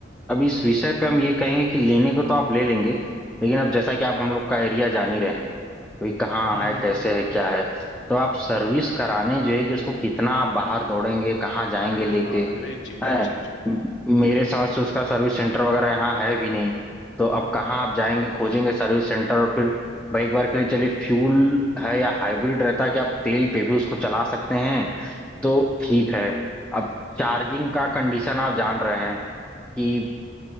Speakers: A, in the centre; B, on the left (about 75°).
A: अब इस विषय पे हम ये कहेंगे कि लेने को तो आप ले लेंगे लेकिन अब जैसा कि आप हम लोग का एरिया जान ही रहे हैं कोई कहाँ
B: हम्म
A: है कैसे है क्या है तो आप सर्विस कराने जो है कि उसको कितना आप बाहर दौड़ेंगे कहाँ जाएंगे
B: अरे
A: लेके
B: हाँ यही चीज
A: है
B: यही चीज
A: म- मेरे समझ से उसका सर्विस सेंटर वगैरह यहाँ है भी नहीं तो
B: हम्म
A: अब कहाँ आप जाएंगे खोजेंगे सर्विस सेंटर और फिर भाई एक बार के लिए चलिए फ्यूल है या हाइब्रिड रहता कि आप तेल पे भी उसको चला सकते हैं तो ठीक है अब चार्जिंग का कंडीशन आप जान रहे हैं कि